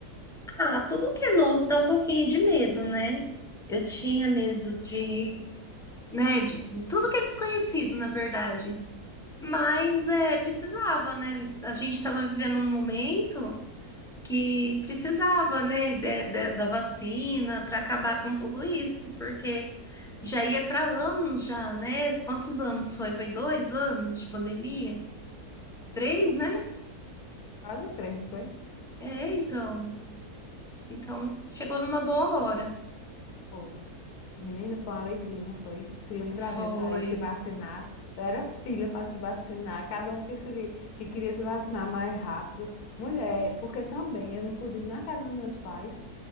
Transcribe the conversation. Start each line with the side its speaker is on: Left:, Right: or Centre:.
Centre: Ah, tudo que é novo dá um pouquinho de medo, né? Eu tinha medo de, né, de tudo que é desconhecido, na verdade. Mas é, precisava, né? A gente estava vivendo um momento que precisava, né, de- de- da vacina para acabar com tudo isso, porque Já ia para anos já, né? Quantos anos foi? Foi dois anos de pandemia? Três, né?
Left: Quase três, não foi?
Centre: É, então. Então, chegou numa boa hora.
Left: Foi. Menina, foi uma alegria, não foi? Se lembra
Centre: Foi.
Left: a gente aí se vacinar? Era fila para se vacinar, cada um que, se, que queria se vacinar mais rápido. Mulher, porque também eu não pude ir na casa dos meus pais.